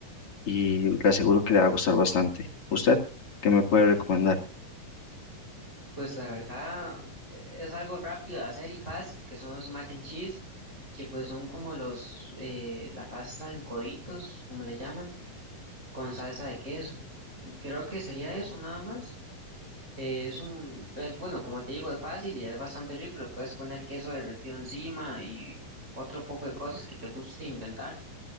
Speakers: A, on the left; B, on the right.
A: y le aseguro que le va a gustar bastante. ¿Usted qué me puede recomendar?
B: Pues la verdad es algo rápido de hacer y fácil, que son los mac and cheese, que pues son como los, eh, la pasta en coditos, como le llaman, con salsa de queso. Y creo que sería eso nada más. Eh, Es un, es bueno, como te digo, es fácil y es bastante rico. Le puedes poner queso derretido encima y otro poco de cosas que te guste inventar.